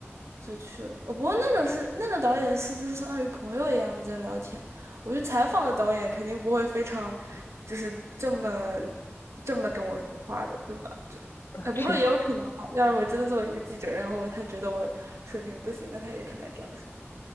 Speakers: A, on the right; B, on the left.
A: 就去了。呃，不过那个是那个导演是就是相当于朋友一样的在聊天，我去采访的导演肯定不会非常就是这么这么跟我说话的，对吧？就哎，
B: 啊是的，
A: 不过也有可能哈，要是我真的作为一个记者，然后他觉得我水平不行，那他也可能这样说。